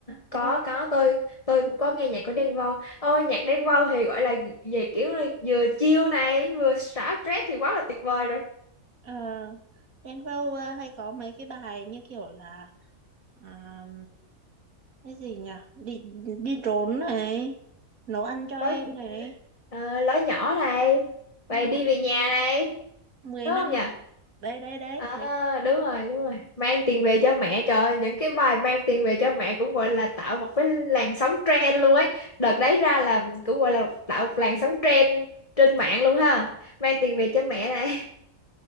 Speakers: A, on the left; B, on the right.
A: có
B: Vâu không?
A: có tôi tôi cũng có nghe nhạc của Đen Vâu. Ôi nhạc Đen Vâu thì gọi là về kiểu là vừa chill này, vừa xả stress thì quá là tuyệt vời rồi.
B: Ờ, Đen Vâu ờ, hay có mấy cái bài như kiểu là à, cái gì nhỉ? Đi đi trốn này, nấu ăn cho em
A: Lối
B: này,
A: ờ, lối nhỏ này, vậy
B: nhá.
A: đi về nhà này,
B: mười
A: đúng
B: năm
A: không nhỉ?
B: đấy đấy đấy,
A: À,
B: mấy
A: đúng rồi, đúng rồi. Mang tiền về cho mẹ trời ơi, những cái bài mang tiền về cho mẹ cũng gọi là tạo một cái làn sóng trend luôn ấy. Đợt đấy ra là cũng gọi là tạo một làn sóng trend trên mạng luôn ha. Mang tiền về cho mẹ này.